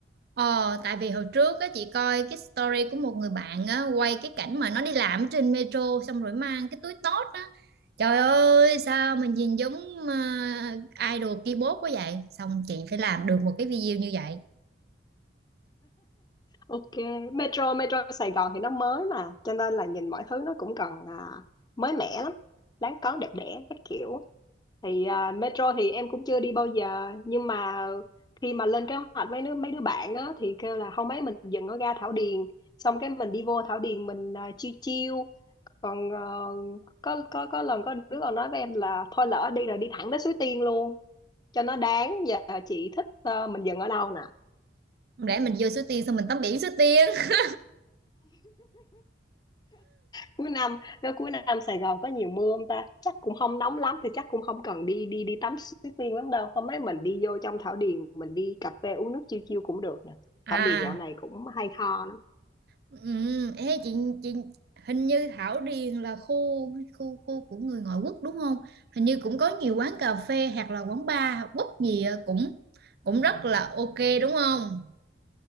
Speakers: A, on the right; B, on the left.
A: Ờ, tại vì hồi trước á, chị coi cái story của một người bạn á, quay cái cảnh mà nó đi làm ở trên metro xong rồi mang cái túi tót á. Trời ơi, sao mình nhìn giống uh, idol keyboard quá vậy? Xong chị phải làm được một cái video như vậy.
B: Ok, Metro Metro Sài Gòn thì nó mới mà, cho nên là nhìn mọi thứ nó cũng còn à, mới mẻ lắm, đáng có đẹp đẽ các kiểu. Thì à, Metro thì em cũng chưa đi bao giờ, nhưng mà khi mà lên kế hoạch với đứa, mấy đứa bạn á thì kêu là không mấy mình dừng ở ga Thảo Điền, xong cái mình đi vô Thảo Điền mình à, chiêu chill. Còn ờ, có có có lần có đứa còn nói với em là thôi lỡ đi rồi đi thẳng tới Suối Tiên luôn, cho nó đáng. Giờ chị thích ờ, mình dừng ở đâu
A: Không lẽ mình vô Suối Tiên xong mình tắm biển Suối Tiên? <laughs>
B: cuối năm nếu cuối năm Sài Gòn có nhiều mưa không ta chắc cũng không nóng lắm thì chắc cũng không cần đi đi đi tắm suối tiên lắm đâu hôm ấy mình đi vô trong Thảo Điền mình đi cà phê uống nước chiêu chiêu cũng được nè
A: À,
B: Thảo Điền dạo này cũng hay ho lắm
A: ừ, ê, chị, chị hình như Thảo Điền là khu khu khu của người ngoại quốc đúng không? Hình như cũng có nhiều quán cà phê hoặc là quán bar, quất gì á, cũng cũng rất là ok đúng không?